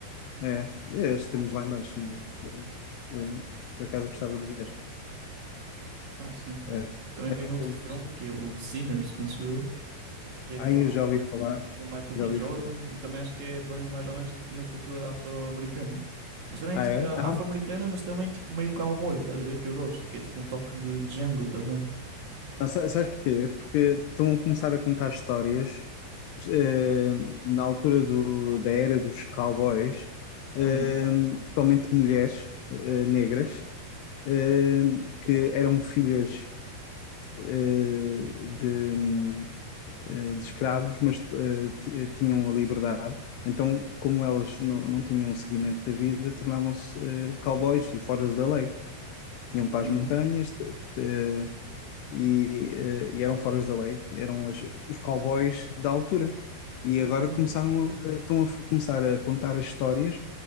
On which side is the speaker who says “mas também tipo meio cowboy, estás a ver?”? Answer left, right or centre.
Right